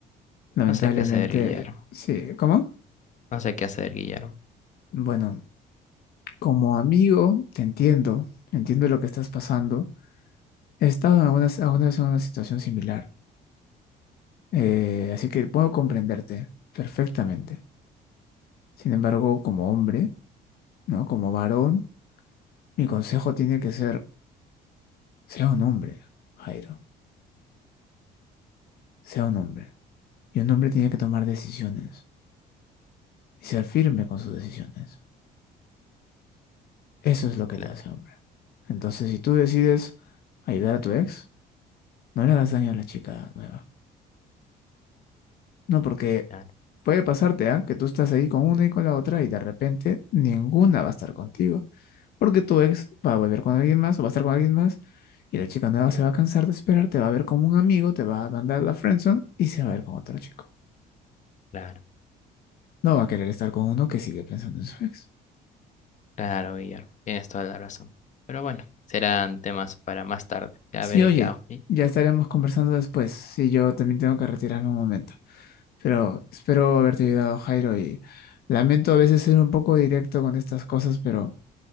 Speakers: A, on the left; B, on the left.
A: lamentablemente,
B: No sé qué hacer, Guillermo.
A: sí. ¿Cómo?
B: No sé qué hacer, Guillermo.
A: Bueno, como amigo, te entiendo. Entiendo lo que estás pasando. He estado alguna, alguna vez en una situación similar. eh, así que puedo comprenderte perfectamente. Sin embargo, como hombre, ¿no? Como varón, mi consejo tiene que ser Sea un hombre, Jairo, sea un hombre. Y un hombre tiene que tomar decisiones y ser firme con sus decisiones. Eso es lo que
B: Claro,
A: te hace hombre. Entonces, si tú decides ayudar a tu ex, no le hagas daño a la chica nueva. No, porque
B: claro,
A: puede pasarte, ¿ah? Que tú estás ahí con una y con la otra y de repente ninguna va a estar contigo. Porque tu ex va a volver con alguien más o va a estar con alguien más y la chica nueva se va a cansar de esperar, te va a ver como un amigo, te va a mandar la friendzone y se va a ver con otro chico.
B: claro,
A: No va a querer estar con uno que sigue pensando en su ex.
B: claro, Guillermo. Tienes toda la razón. Pero bueno, serán temas para más tarde. Ya
A: Sí,
B: veré
A: oye,
B: qué hago. ¿sí?
A: ya estaremos conversando después. Sí, yo también tengo que retirarme un momento. Pero espero haberte ayudado, Jairo, y lamento a veces ser un poco directo con estas cosas, pero